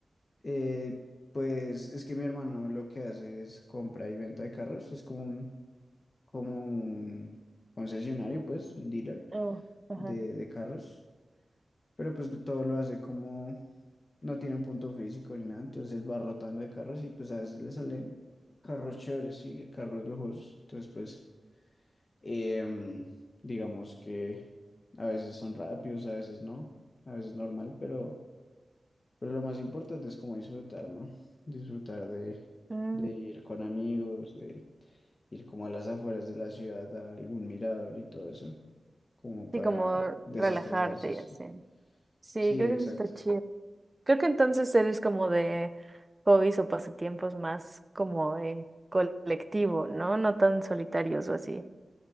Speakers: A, on the left (about 50°); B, on the right (about 25°).
A: eh, pues es que mi hermano lo que hace es compra y venta de carros, es como un, como un concesionario, pues, un dealer
B: Oh, ajá.
A: de, de carros, pero pues todo lo hace como no tiene un punto físico ni nada, entonces él va rotando de carros y pues a veces le salen carros chéveres, sí, carros lujosos. Entonces, pues, em, digamos que a veces son rápidos, a veces no, a veces normal, pero, pero lo más importante es como disfrutar, ¿no? Disfrutar de,
B: Mm,
A: de ir con amigos, de ir como a las afueras de la ciudad, a algún mirador y todo eso, como para
B: sí, como
A: desestresarse,
B: relajarte
A: sí.
B: y así. Sí,
A: Sí,
B: creo
A: exacto.
B: que eso está chido. Creo que entonces eres como de hobbies o pasatiempos más como en colectivo, ¿no? No tan solitarios o así.